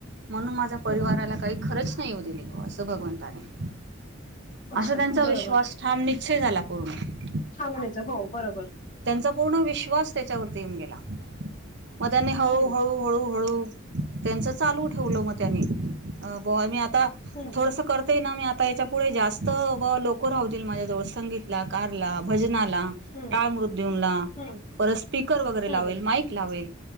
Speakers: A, on the right; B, on the left.
A: म्हणून माझ्या परिवाराला
B: हम्म
A: काही खरंच नाही येऊ दिली. बुवा भगवंताने
B: अच्छा
A: असं त्यांचा विश्वास
B: बरोबर
A: ठाम निश्चय झाला पूर्ण.
B: छान व्हायचं हो बरोबर.
A: त्यांचा पूर्ण विश्वास त्याच्यावरती येऊन गेला. मग त्यानी हळूहळू
B: हम्म.
A: हळूहळू त्यांचं चालू ठेवलं मग त्यानी. अ बुवा मी आ आता
B: हम्म
A: थोडस करतय ना मी आता याच्या पुुढे जास्त बलो <unintelligible> रावतील माझ्याजवळ संगीत ला कारला भजनाला
B: हम्म
A: आपला टाळ मृत्यऊनला
B: हम्म
A: परत स्पीकर वगैरे
B: हम्म
A: लावेल माईक लावेल